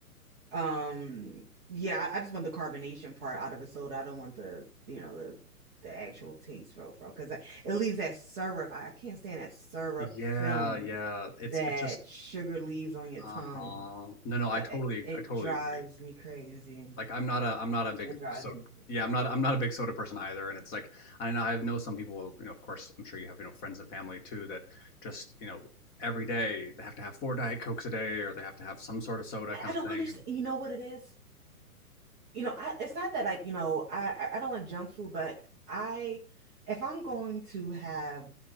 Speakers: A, in the centre; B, on the left.
A: Um, yeah, I, I just want the carbonation part out of the soda. I don't want the, you know, the the actual taste profile because it leaves that syrup. I, I can't stand that syrup
B: Yeah,
A: film
B: yeah. It's
A: that
B: it's just
A: sugar leaves on your tongue.
B: uh-huh. No, no, I
A: I,
B: totally
A: I- it
B: I totally
A: drives
B: agree.
A: me crazy.
B: like I'm not a I'm not a big
A: It drives
B: soda
A: me crazy.
B: yeah I'm not I'm not a big soda person either and it's like I know I know some people you know of course I'm sure you have you know friends and family too that just you know every day they have to have four diet cokes a day or they have to have some sort of soda
A: I,
B: kind
A: I don't
B: of thing
A: understand.
B: and
A: You know what it is? You know, I, it's not that I, you know, I I I don't like junk food, but I if I'm going to have,